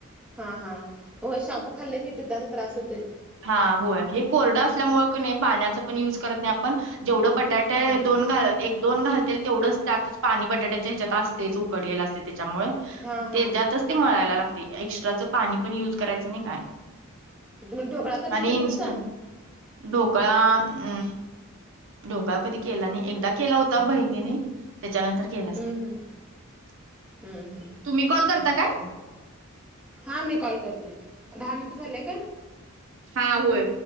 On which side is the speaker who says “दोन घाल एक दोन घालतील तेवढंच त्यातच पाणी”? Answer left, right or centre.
Right